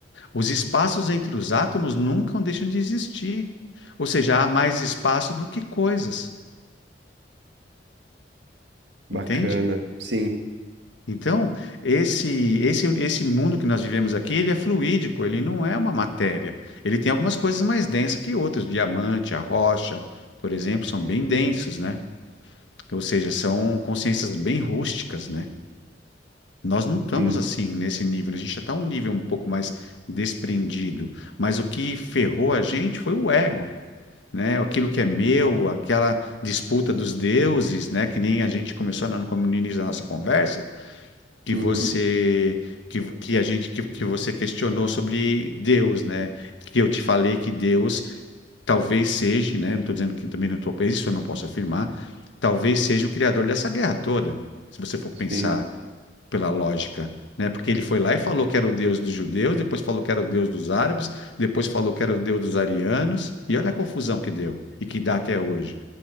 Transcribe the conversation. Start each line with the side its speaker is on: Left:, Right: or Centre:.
Left: Os espaços entre os átomos nunca deixam de existir. Ou seja, há mais espaço do que coisas,
Right: Bacana.
Left: entende?
Right: Sim,
Left: Então, esse, esse, esse mundo que nós vivemos aqui, ele é fluídico, ele não é uma matéria. Ele tem algumas coisas mais densas que outras. O diamante, a rocha, por exemplo, são bem densos, né? Ou seja, são consciências bem rústicas, né? Nós não estamos
Right: sim.
Left: assim nesse nível, a gente já está um nível um pouco mais desprendido, mas o que ferrou a gente foi o ego, né? Aquilo que é meu, aquela disputa dos deuses, né? Que nem a gente começou lá no no início da nossa conversa, que
Right: Uhum.
Left: você que, que a gente que, que você questionou sobre Deus, né? Que eu te falei que Deus talvez seja, né? Não estou dizendo que também não estou, isso eu não posso afirmar, talvez seja o criador dessa guerra toda, se você for pensar
Right: Sim.
Left: pela lógica, né? Porque ele foi lá e falou que era o Deus dos judeus, depois falou que era o Deus dos árabes, depois falou que era o Deus dos arianos, e olha a confusão que deu e que dá até hoje.